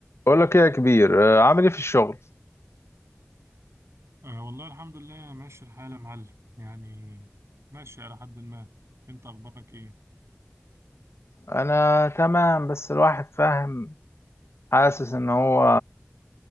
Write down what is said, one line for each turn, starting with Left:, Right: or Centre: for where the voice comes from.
Left: بقول لك ايه يا كبير آه، عامل ايه في الشغل
Right: أه والله الحمد لله ماشي الحال يا معلم يعني ماشي على حد ما انت اخبارك ايه
Left: انا تمام بس الواحد فاهم حاسس ان هو